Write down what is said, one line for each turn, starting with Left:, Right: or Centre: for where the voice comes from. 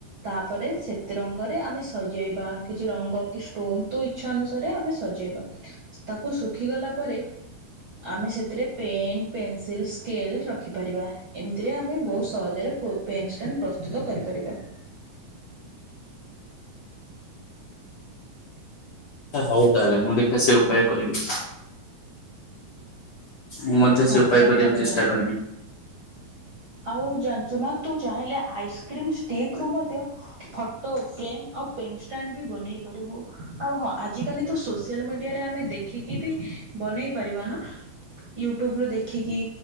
Right: ତାପରେ ସେତେ ରଙ୍ଗରେ ଆମେ ସଜେଇବା କିଛି ରଙ୍ଗ କି ଷ୍ଟୋନ ତୁ ଇଛ ଇଛା ଅନୁସାରେ ଆମେ ସଜେଇବା ତାକୁ ଶୁଖିଗଲା ପରେ ଆମେ ସେଥିରେ ପେନ୍ ପେନ୍ସିଲ୍ ସ୍କେଲ ରଖିପାରିବା ଏମିତିରେ ଆମେ ବହୁତ ସହଜରେ ପେନ୍ଷ୍ଟାଣ୍ଡ ପ୍ରସ୍ତୁତ କରିପାରିବା।
Left: ହଉ ତାହେଲେ ମୁଁ ଦେଖିବା ସେ ଉପାୟ କରିବି। ମୁଁ ମଧ୍ୟ ସେ
Right: ହଁ
Left: ଉପାୟ
Right: ସତ
Left: କରିବାକୁ
Right: କଥା।
Left: ଚେଷ୍ଟା କରିବି।
Right: ଆଉ ଜାଣିଛୁନା ତୁ ଚାହିଁଲେ ଆଇସ୍କ୍ରିମ ଷ୍ଟିକ ରୁ ମଧ୍ୟ ଫଟୋ ଫ୍ରେ ଆଉ ପେନଷ୍ଟାଣ୍ଡ ବି ବନେଇ ପାରିବୁ। ଆଉ ହଁ ଆଜି କାଲି ତ ସୋସିଆଲ ମିଡ଼ିଆରେ ଆମେ ଦେଖିକି ବି ବନେଇ ପାରିବା ନା। ୟୁଟ୍ୟୁବ ରୁ ଦେଖିକି